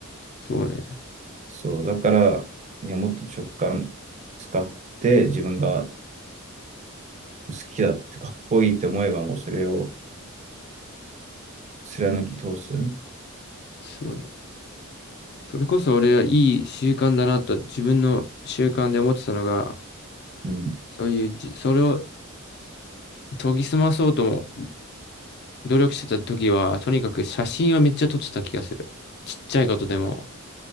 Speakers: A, on the left; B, on the right.
A: そうね。
B: そう、だから、いや、もっと直感使って、自分が好きだってかっこいいって思えば、もうそれを貫き通す。う
A: そうね。それこそ俺はいい習慣だなと自分の習慣で思ってたのが、
B: ん。
A: そういうじ、それを研ぎ澄まそうとも努力してた時は、とにかく写真をめっちゃ撮ってた気がする。ちっちゃいことでも。